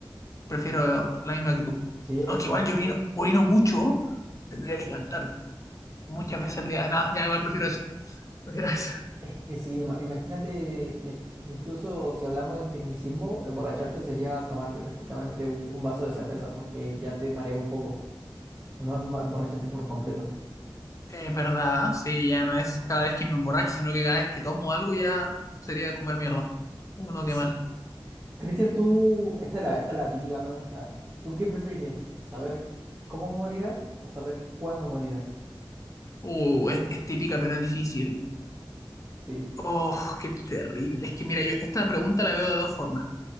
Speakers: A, on the left; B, on the right.
A: prefiero la misma que tú.
B: Sí, es
A: Aunque
B: que,
A: igual
B: ima-
A: yo orino, orino mucho. Tendría que cantar muchas veces al día. Nada, ya igual prefiero eso. Prefiero
B: eh,
A: eso.
B: es que sí, ima- imagínate, eh, incluso si hablamos de tecnicismo, emborracharte sería tomarte prácticamente un, un vaso de cerveza, porque ya te marea un poco, no em- emborracharte por completo.
A: Es verdad, sí, ya no es cada vez que me emborracho, sino que cada vez que tomo algo ya sería comer mierda. Uno,
B: Sí.
A: qué mal.
B: Cristian, tú, esta es la, esta es la típica pregunta. ¿Tú qué preferirías? ¿Saber cómo morirás o saber cuándo morirás?
A: Uh, es, es típica, pero es difícil.
B: Sí.
A: Oh, qué terrible. Es que mira, yo esta pregunta la veo de dos formas.